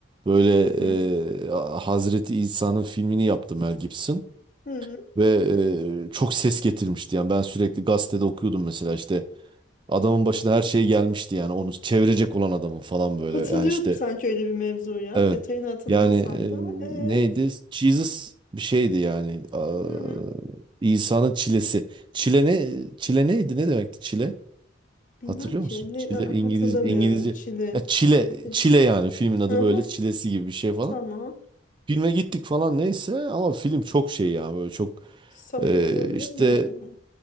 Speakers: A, on the right; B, on the left.
A: Böyle
B: hı hı,
A: e, Hazreti İsa'nın filmini yaptı Mel Gibson
B: hı hı.
A: ve e, çok ses getirmişti yani ben sürekli gazetede okuyordum mesela işte adamın başına her şey gelmişti yani onu çevirecek olan adamın falan böyle
B: Hatırlıyorum
A: yani işte
B: sanki öyle bir mevzu ya.
A: evet
B: Detayını hatırlamasam
A: yani e,
B: da. Ee,
A: neydi Jesus bir şeydi yani Aa,
B: hı hı.
A: İsa'nın çilesi çile ne çile neydi ne demekti çile?
B: Bilmem
A: Hatırlıyor
B: ki.
A: musun?
B: Ne,
A: Çile
B: aa,
A: İngiliz
B: hatırlamıyorum.
A: İngilizce.
B: Çile.
A: Ya Çile
B: E,
A: Çile yani filmin adı
B: Hı
A: böyle
B: hı,
A: Çilesi gibi bir şey falan.
B: tamam.
A: Filme gittik falan neyse ama film çok şey ya böyle çok
B: Safır
A: e,
B: olabilir
A: işte
B: mi acaba?